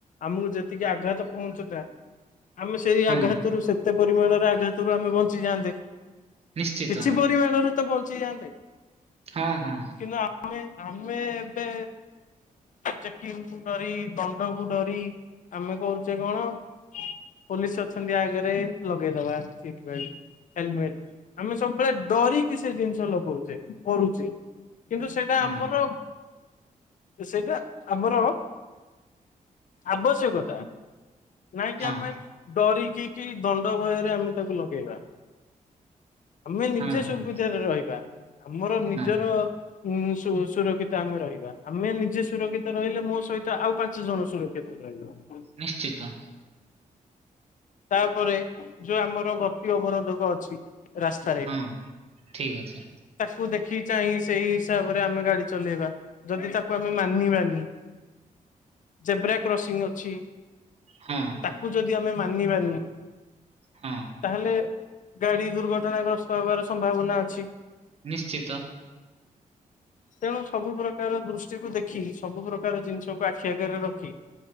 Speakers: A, on the left; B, on the right.
A: ଆମକୁ ଯେ ଟକେ ଆଘାତ ପହଞ୍ଚ ତାା ଆମେ ସେଇ
B: ହଁ
A: ଆଘାତରୁୁ ସେତେ ପରିମାଣର ଆଘାତ ଆମେ ବଞ୍ଚିଯାଆନ୍ତେ
B: ନିଶ୍ଚିତ
A: କିଛି ପରିମାଣରେ ତ ବଞ୍ଚିଯାଆନ୍ତେ
B: ହଁ ହଁ
A: କିନ୍ତୁ ଆମେ ଆମେ ଏବେ ଚେକିଂ କୁ ଡରି ଦଣ୍ଡ କୁ ଡରି ଆମେ କରୁଛେ କଣ
B: ହ
A: ପୋଲିସ ଅଛନ୍ତି ଆଗରେ ଲଗେଇଦବା ସିଟ ବେଲଟ ହେଲମେଟ ଆମେ ସବୁବେଳେ ଡରିକି ସେ ଜିନିଷ ଲଗଉଛେ କରୁଛେ କିନ୍ତୁ ସେଇଟା
B: ହଁ
A: ଆମର ତ ସେଇଟା ଆମର ଆବଶ୍ୟକତା ନାଇଁକି
B: ହଁ
A: ଆମେ ଡରି କି କି ଦଣ୍ଡ ଭୟରେ ଆମେ ତାକୁ ଲଗେଇବା? ଆମେ ନିଜେ
B: ହଁ
A: ସୁବିଧାରେ
B: ହଁ
A: ରହିବା ଆମର ନିଜର
B: ହଁ
A: ଉଁ ସୁ-ସୁରକ୍ଷିତ ଆମେ ରହିବା। ଆମେ ନିଜେ ସୁରକ୍ଷିତ ରହିଲେ ମୋ ସହିତ ଆଉ ପାଞ୍ଚ ଜଣ ସୁରକ୍ଷିତ ରହିବ।
B: ନିଶ୍ଚିତ।
A: ତାପରେ ଯୋଉ ଆମର ଗତି ଅବରୋଧକ ଅଛି। ରାସ୍ତାରେ
B: ହଁ ଠିକ ଅଛି
A: ତାକୁ ଦେଖି ଦେଖି ଚାହିଁ ସେଇ ହିସାବରେ ଆମେ ଗାଡି ଚଲେଇବା। ଯଦି ତାକୁ ଆମେ ମାନିବାନି ଜେବ୍ରା କ୍ରସିଂ ଅଛି।
B: ହଁ
A: ତାକୁ ଯଦି ଆମେ ମାନିବାନି
B: ହଁ
A: ତାହେଲେ ଗାଡି ଦୁର୍ଘଟଣା ଗ୍ରସ୍ତ ହବାର ସମ୍ଭାବନା ଅଛି।
B: ନିଶ୍ଚିତ।
A: ତେଣୁ ସବୁ ପ୍ରକ କାର ଦୃଷ୍ଟିକୁ ଦେଖି ସବୁ ପ୍ରକାର ଜିନିଷକୁ ଆଖି ଆଗରେ ରଖି